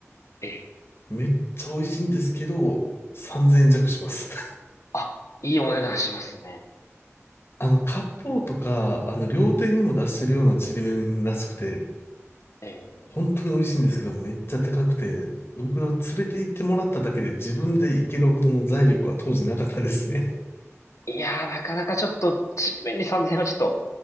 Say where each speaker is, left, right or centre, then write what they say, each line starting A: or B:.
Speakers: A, on the left; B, on the left.
A: ええ
B: めっちゃ美味しいんですけど、3000円弱します。<laughs>
A: あ、いいお値段しますね。
B: あの、割烹とか、あの、料亭にも出してるようなちりめんらしくて、
A: え、え
B: 本当に美味しいんですけど、めっちゃ高くて、僕は連れて行ってもらっただけで自分で行けるほどの財力は当時なかったですね。
A: いやー、なかなかちょっと、ちりめんに3000円はちょっと、